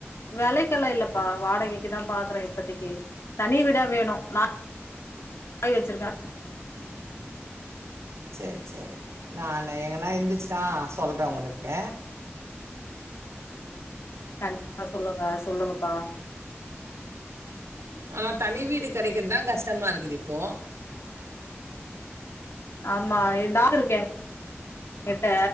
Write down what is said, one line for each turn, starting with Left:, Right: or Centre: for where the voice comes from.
Left: வெலைக்கெல்லா இல்லப்பா வாடகைக்குதான் பாக்கற இப்பத்திக்கு தனி வீடா வேணு நா ஆய வெச்சிருக்க
Right: சரி சரி நானு எங்கன்னா இருந்துச்சுன்னா சொல்ற உங்களுக்கு
Left: கண்டிப்பா சொல்லுங்க சொல்லுங்கப்பா
Right: ஆனா தனி வீடு கெடைக்கிறதுதா கஷ்டமா இருக்குது இப்போ
Left: ஆமா இந்தாலு இருக்கே கிட்ட